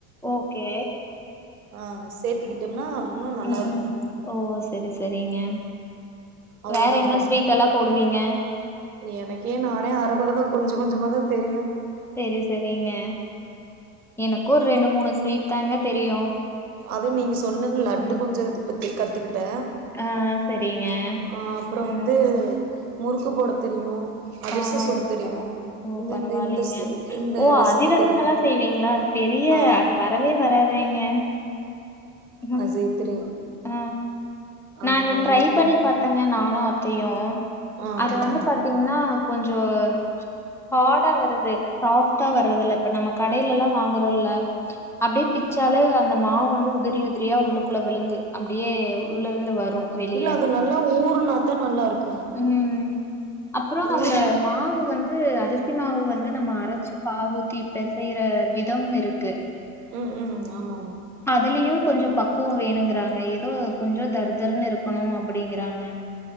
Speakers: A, in the centre; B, on the right (about 70°).
A: ஓகே
B: ஆ சேத்திக்கிட்டோம்னா இன்னு நல்லா
A: ம்
B: இருக்கு
A: ஓ சரி சரிங்க
B: அவ்ளோதான்ப்பா
A: வேற என்ன ஸ்வீட் எல்லா போடுவீங்க
B: எனக்கே நானே அரகொறதா கொஞ்சோ கொஞ்சமாதா தெரியு
A: செரி செரிங்க எனக்கு ஒரு ரெண்டு மூணு ஸ்வீட் தாங்க தெரியு
B: அது நீங்க சொன்ன லட்டு
A: ம்
B: கொஞ்சோ இப்போத்தைக் கத்துக்கிட்ட
A: ஆ சரிங்க
B: ஆ அப்புறோ
A: ம்
B: வந்து முறுக்கு போட தெரியு அதிர்ச
A: ஆமா
B: சுட தெரியு
A: ஓ
B: இந்த
A: பரவாலிங்க
B: இந்த இந்த இந்த
A: ஓ
B: ரெசிபி
A: அதிரசம்
B: தெரியு
A: எல்லா செய்வீங்ளா அது பெரிய
B: ஆ
A: அது வரவே வராதேங்க ம்
B: அது செய் தெரியு
A: ஆ
B: ஆ
A: நாங்க
B: அது
A: ட்ரை
B: மட்டு
A: பண்ணி பாத்தங்க நானு அத்தையு
B: ஆ
A: அது
B: ஆ
A: வந்து பாத் பாத்தீங்ன்னா கொஞ்சோம் ஹாடா வருது சாஃப்ட்டா வர்றது இல்ல இப்ப நம்ம கடையில எல்லா வாங்கறோ இல்ல அப்டியே பிச்சாலே அந்த மாவு வந்து உதிரி உதிரியா உள்ளக்குள்ள விழுந்து அப்டியே உள்ள இருந்து வரு வெளிய
B: இல்ல அது நல்லா ஊர்னாதா நல்லாருக்
A: ம் அப்புறோ அந்த
B: ஊறுனா
A: மாவு வந் ந்து அரிசி மாவு வந்து நம்ம அரச்சு பாகூத்தி பெசையிற விதம் இருக்கு
B: ம் ம் ஆமா ஆமா
A: ஆ அதுலியு கொஞ்சோ பக்குவோ வேணுங்குறாங்க எதோ கொஞ்சோ தருதருன்னு இருக்கணு அப்புடிங்குறாங்க